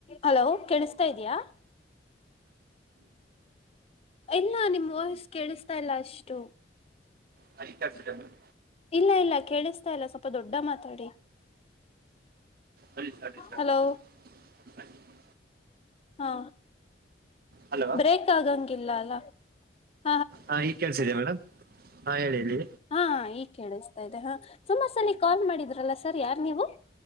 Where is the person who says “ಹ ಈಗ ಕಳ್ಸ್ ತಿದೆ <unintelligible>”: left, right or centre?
Right